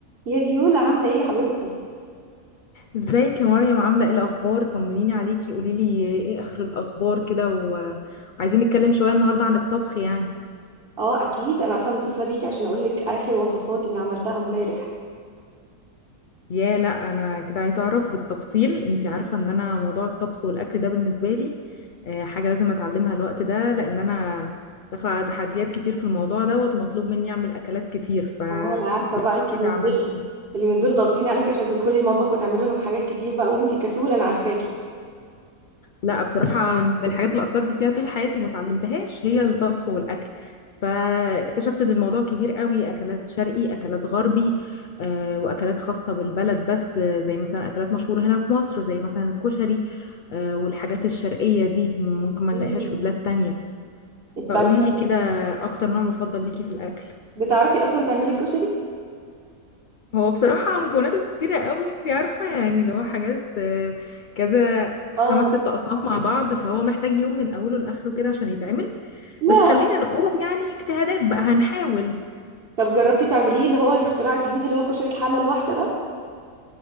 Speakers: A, on the right; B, on the left.
A: يا فيولا عاملة ايه يا حبيبتي؟
B: ازيك يا مريم عاملة ايه الأخبار طمنيني عليكي قوليلي ايه آخر الأخبار كده و- وعايزين نتكلم شوية النهاردة عن الطبخ يعني
A: اه اكيد انا اصلا متصلة بيكي عشان اقولك اخر وصفاتي اللي عملتها امبارح
B: يا لا أنا كده عايزة أعرف بالتفصيل انت عارفة ان أنا موضوع الطبخ والأكل ده بالنسبة لي آه، حاجة لازم أتعلمها الوقت ده لأن أنا داخلة على تحديات كتير في الموضوع دوت ومطلوب مني أعمل أكلات كتير فقوليلي
A: اه انا عارفة بقى انت اليومين
B: كده عملتي
A: دول اليومين دول ضاغطين عليك عشان تدخلي المطبخ وتعملي لهم حاجات كتير بقى وانت كسولة انا عارفاكي
B: لا بصراحة من الحاجات اللي أثرت فيها طول حياتي وما اتعلمتهاش هي الطبخ والأكل فاكتشفت إن الموضوع كبير قوي أكلات شرقي أكلات غربي آه، وأكلات خاصة بالبلد بس آه، زي مثلا أكلات مشهورة هنا في مصر زي مثلا الكشري آه، والحاجات الشرقية دي ممكن ما
A: مم.
B: نلاقيهاش في بلاد تانية
A: انت بتعرفي
B: فقولي
A: تعملي
B: لي كده أكتر نوع مفضل ليكي في الأكل
A: بتعرفي اصلا تعملي كشري؟
B: هو بصراحة مكوناته كتيرة قوي انت عارفة يعني لو حاجات آه، كذا
A: اه
B: خمس ست أصناف مع بعض فهو محتاج يوم من أوله لآخره كده عشان يتعمل
A: لا
B: بس خلينا نقول يعني اجتهادات بقى هنحاول
A: طب جربتي تعمليه اللي هو الاختراع الجديد اللي هو كشري الحلة الواحدة ده؟